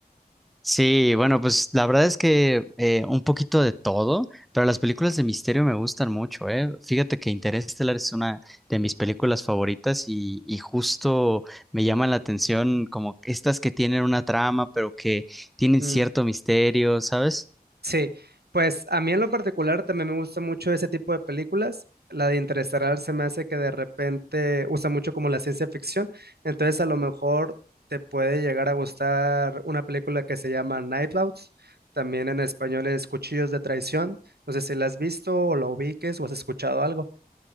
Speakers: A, in the centre; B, on the right.
A: Sí, bueno, pues la verdad es que eh, un poquito de todo, pero las películas de misterio me gustan mucho, ¿eh? Fíjate que Interestelar es una de mis películas favoritas y, y justo me llaman la atención como estas que tienen una trama, pero que tienen
B: Mm.
A: cierto misterio, ¿sabes?
B: Sí, pues a mí en lo particular también me gusta mucho ese tipo de películas. La de Interestelar se me hace que de repente usa mucho como la ciencia ficción. Entonces a lo mejor te puede llegar a gustar una película que se llama Night Owls. También en español es Cuchillos de Traición. No sé si la has visto o la ubiques o has escuchado algo.